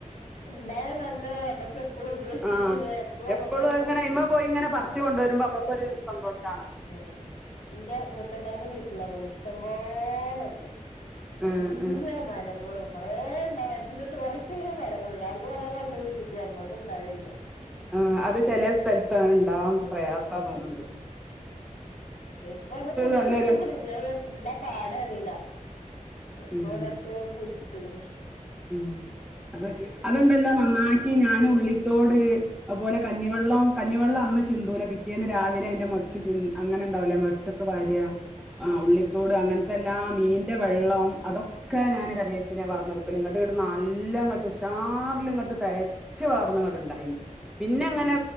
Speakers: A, on the left (about 85°); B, in the centre.
A: ഇണ്ടായ നല്ലതാ നമ്മക്ക് എപ്പഴും ഉപയോഗിച്ച്
B: ആഹ്
A: എപ്പഴും നമ്മക്ക്
B: എപ്പളും അത്ങ്ങനെ അയ്മേ പോയിങ്ങനെ പറിച്ച്കൊണ്ട് വരുമ്പൊ അമ്മക്കൊരു സന്തോഷാണല്ലോ
A: ഏഹ് എന്റെ മൂത്തമ്മാന്റെ വീട്ടിലങ്ങനെ ഇഷ്ടം പോലണ്ട് എല്ലാ
B: ഉം ഉം
A: മരങ്ങളും കൊറേ ഇണ്ട് ആ മരത്തിന്റട്ത്ത് കൊറേ മരങ്ങള്ണ്ട് അവ്ടുന്ന് കൊറേ മരുന്ന് കുഴിച്ചിട്ട് നമ്മളതും ഉണ്ടാവണില്ല
B: ആഹ് അത് ചെലേ സ്ഥലത്ത് അങ്ങനെ ഇണ്ടാവാൻ
A: ഉം
B: പ്രയാസാ തോന്നണ്ട്
A: ഇപ്പൊ ഒന്ന് കുയിച്ച്ട്ട്ക്കണ്
B: നല്ലൊരു
A: <unintelligible> എന്താ പാട് അറിയില്ല ഒന്നിപ്പോ
B: ഉം
A: ഇവിടട്ത്ത് ഞാൻ ഇപ്പൊ കുഴിച്ചിട്ട്ക്കണ്
B: ഉം അത് അത്ണ്ടല്ലോ നന്നാക്കി ഞാന് ഉള്ളിത്തോട് അത്പോലെ കഞ്ഞിവെള്ളം കഞ്ഞിവെള്ളം അന്ന് ചിന്തൂല പിറ്റേന്ന് രാവിലെ അയിന്റെ <unintelligible> അങ്ങനെയ്ണ്ടാവില്ലേ മൊര <unintelligible> വാരുക ആഹ് ഉള്ളി ത്തോട് അങ്ങനത്തെല്ലാം മീനിന്റെ വെള്ളം അതൊക്കെ ഞാൻ കരിവേപ്പിനെ വാർന്നൊടു <unintelligible> ഇങ്ങട്ട് ഇങ്ങട്ട് നല്ല കെട്ടും ഉഷാറിലിങ്ങട്ട് തയച്ച് വളർന്ന് അങ്ങട്ട് ഉണ്ടായിന് പിന്നങ്ങനെ